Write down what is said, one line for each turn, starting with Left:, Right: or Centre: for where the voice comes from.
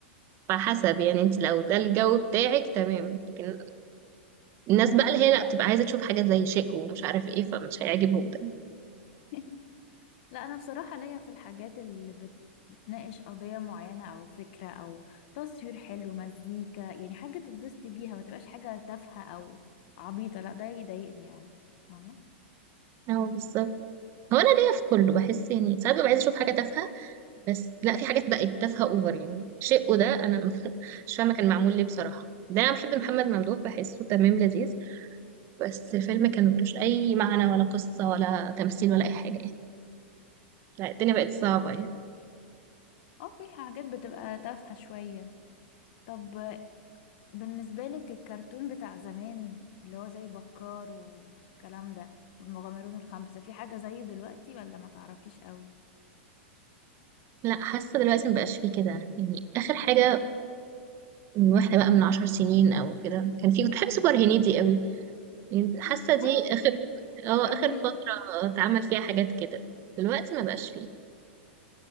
Right: على حسب يعني انت لو ده الجو بتاعك تمام لكن الناس بقى اللي هي لا بتبقى عايزة تشوف حاجة زي شيء ومش عارف ايه فمش هيعجبهم ده
Left: <laughs> لا انا بصراحة ليا في الحاجات اللي بت... بتناقش قضية معينة او فكرة او تصوير حلو مزيكا يعني حاجة تتبسطي بيها ما تبقاش حاجة تافهة او عبيطة لا ده يضايقني يعني فاهمة
Right: اه بالظبط هو انا ليا في كله بحس يعني ساعات ببقى عايزة اشوف حاجة تافهة بس لا في حاجات بقت تافهة اوفر يعني شيء وده انا <laughs> مش فاهمة كان معمول ليه بصراحة ده انا بحب محمد ممدوح بحسه تمام لذيذ بس الفيلم كان ملوش أي معنى ولا قصة ولا تمثيل ولا أي حاجة يعني لا الدنيا بقت صعبة يعني
Left: اه في حاجات بتبقى تافهة شوية طب بالنسبة لك الكرتون بتاع زمان اللي هو زي بكار والكلام ده والمغامرون الخمسة في حاجة زيه دلوقتي ولا ما تعرفيش قوي
Right: لا حاسة دلوقتي مبقاش فيه كده يعني آخر حاجة من واحدة بقى من عشر سنين أو كده كان فيه كنت بحب سوبر هنيدي قوي يعني حاسة
Left: اه
Right: دي آخر اه
Left: جميل
Right: آخر فترة اتعمل فيها حاجات كده دلوقتي مبقاش فيه